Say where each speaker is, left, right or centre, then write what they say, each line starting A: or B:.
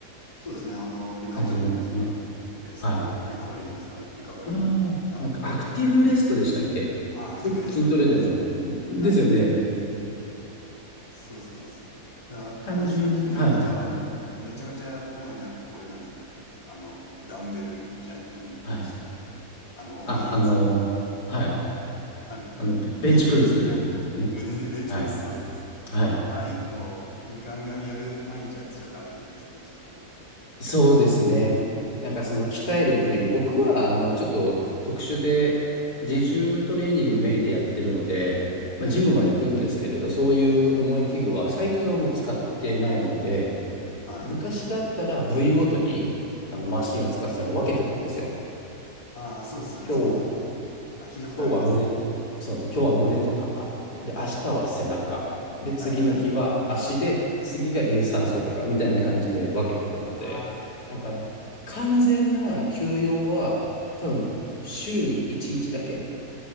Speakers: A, on the left; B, on the left.
A: そうですね。あの、リカバリーっていうか、
B: 感じになるんですよね。
A: レスト、
B: はい。
A: リカバリーなんですかね。リカバリーランとか。
B: ああ、なんかアクティブレストでしたっけよく筋トレでも。
A: あ、アクティブレストって言いますよね。
B: ですよね。
A: はい。そうそうそうそう。だからあれですよね。
B: 単純に、
A: 筋トレもじゃあ、
B: はい。
A: あの、めちゃめちゃ重い、なんかこういう、なんていうの、あの、ダンベル、じゃ、なん、
B: はい。
A: なんでしたっけ。あの、
B: あ、
A: 重いやつを、
B: あのはい。
A: あの、
B: あの、ベベンチプレスですね。
A: ぐいぐい、なんか、胸でベンチプレス、
B: はい。
A: そうそうそう。
B: はい。
A: をガンガンやる毎日やっちゃダメなんですよね、きっとね。
B: そうですね。なんかその鍛える部位、僕はあのちょっと特殊で自重トレーニングメインでやってるので、
A: はい。
B: まあ、
A: はい。
B: ジムは行くんですけれど、そういう重い器具は最近はもう使ってないので、
A: はい。
B: 昔だったら部位ごとにあのマシンを使ってたんで分けてたんですよ。
A: はい。ああ、そうですよね。
B: 今日
A: そう。あ、聞いたことあります。
B: 今日は胸、そうなんです。今日は胸と肩。で、
A: はい。
B: 明日は背中。で、次の日は足で、
A: はい、はい。
B: 次が有酸素とか、みたいな感じで分けてたので、
A: あ
B: だから、完全な休養は、多分、週に1日だけ